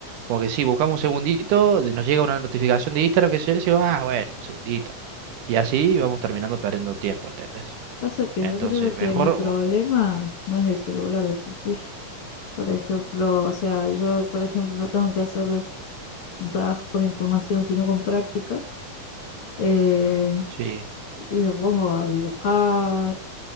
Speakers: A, on the right; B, on the left.
A: Como que sí, buscamos un segundito, de- nos llega una notificación de Instagram que se dice, ah, bueno, un segundito. Y así vamos terminando perdiendo tiempo, ¿entendés?
B: Pasa que
A: Entonces,
B: yo creo que
A: mejor...
B: mi problema
A: o-
B: no es el celular de por sí. Por ejemplo, o sea, yo, por ejemplo, no tengo que hacer un trabajo con información, sino con práctica. Eh,
A: sí.
B: y me pongo a dibujar